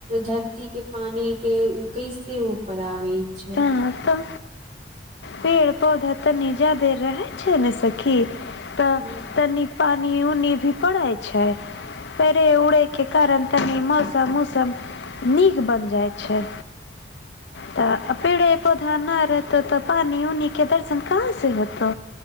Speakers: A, on the right (about 45°); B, on the left (about 80°).
A: धरतीके पानीके उ कैसे ऊपर आबे छै।
B: नहि तऽ। पेड़ पौधा तनी जादे रहै छै, ने सखी। त
A: हूँ
B: तनि पानि उनी भी पड़े छै, परे उड़ेके कारण तनी मौसम उसम निक बन जाइ छै। त पेड़े पौधा न रहतो तऽ पानि उनीके दर्शन कहाँ से होतो